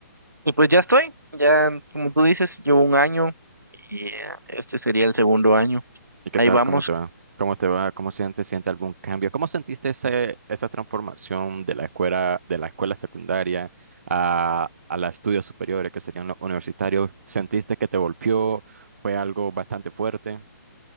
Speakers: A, on the right; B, on the right.
A: y pues ya estoy, ya como tú dices, llevo un año y eh, este sería el segundo año.
B: ¿Y qué
A: Ahí
B: tal?
A: vamos,
B: ¿Cómo te va? ¿Cómo te va? ¿Cómo sientes? ¿Siente algún cambio? ¿Cómo sentiste ese, esa transformación de la escuela, de la escuela secundaria a, a los estudios superiores, que serían los universitarios? ¿Sentiste que te golpeó? ¿Fue algo bastante fuerte?